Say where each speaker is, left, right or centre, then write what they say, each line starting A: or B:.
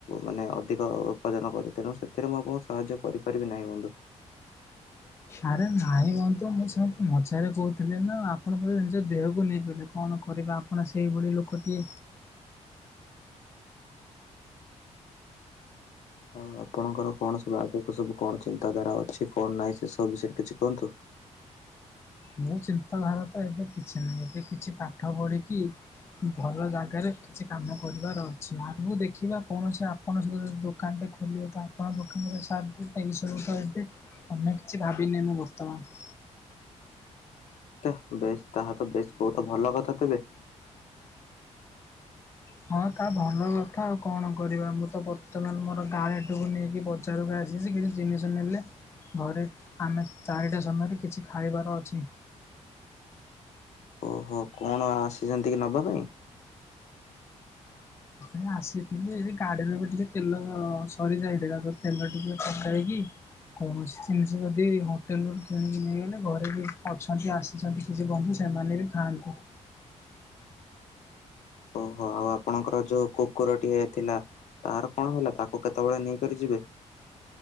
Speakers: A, on the left; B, on the left.
A: ମାନେ ଅଧିକ ଉପାର୍ଜନ କର ତେଣୁ ସେଥିରେ ମୁଁ ଆପଣଙ୍କୁ ସାହାଯ୍ୟ କରିପାରିବି ନାହିଁ ବନ୍ଧୁ।
B: ଆରେ ନାଇଁ ବନ୍ଧୁ ମୁଁ ସେମିତି ମଜାରେ କହୁଥିଲି ନା ଆପଣ ବୋଧେ ନିଜ ଦେହକୁ ନେଇଗଲେ। କଣ କରିବା ଆପଣ ସେଇଭଳି ଲୋକଟିଏ।
A: ଆଉ ଆପଣଙ୍କର କଣ ସବୁ ଆଗକୁ ସବୁ କଣ ଚିନ୍ତାଧାରା ଅଛି କଣ ନାହିଁ ସେ ସବୁ ବିଷୟରେ କିଛି କୁହନ୍ତୁ।
B: ମୋ ଚିନ୍ତାଧାରା ତ ଏବେ କିଛି ନାହିଁ ଏବେ କିଛି ପାଠ ପଢ଼ିକି ଭଲ ଜାଗାରେ କିଛି କାମ କରିବାର ଅଛି ଆଗକୁ ଦେଖିବା କୌଣସି ଆ ଆପଣଙ୍କ ସହିତ ଯଦି ଦୋକାନ ଟେ ଖୋଲିବେ ତ ଆପଣ ଙ୍କ ଦୋକାନରେ ସାଥ୍ ଦେ ଏ ବିସରଭୁକ୍ତ ହେବି। ଅନ୍ୟ କିଛି ଭାବିନି ମୁଁ ବର୍ତ୍ତମାନ।
A: ତାହା ବେଶ ତାହା ତ ବେଶ ବହୁତ ଭଲ କଥା ତେବେ।
B: ହଁ ତା ଭଲ କଥା ଆଉ। କଣ କରିବା ମୁଁ ତ ବର୍ତ୍ତମାନ ମୋର <unintelligible> ଟି କୁ ନେଇକି ବଜାରକୁ ଆସିଛି କିଛି ଜିନିଷ ନେଲେ ଘରେ ଆମେ ଚାରିଟା ସମୟରେ କିଛି ଖାଇବାର ଅଛି।
A: ଓହୋ କଣ ଆସିଛନ୍ତି କି ନବା ପାଇଁ?
B: ଏ ଆସିଥିଲେ ଏ ଗାଡି ରେ ଗୋଟେ ଟିକେ ତେଲ ସରିଯାଇଥିଲା ତ ତେଲ ଟିକେ ପକାଇକି କୌଣସି ଜିନିଷ ଯଦି ହୋଟେଲରୁ କିଣିକି ନେଇଗଲେ ଘରେ କିଏ ଅଛନ୍ତି ଆସ୍ ଅଛନ୍ତି କିଛି ବନ୍ଧୁ ସେମାନେ ବି ଖାଆନ୍ତି।
A: ଓହୋ ଆଉ ଆପଣଙ୍କର ଯୋଉ କୁକୁର ଟିଏ ଥିଲା ତାର କଣ ହେଲା ତାକୁ କେତେବେଳେ ନେଇକରି ଯିବେ?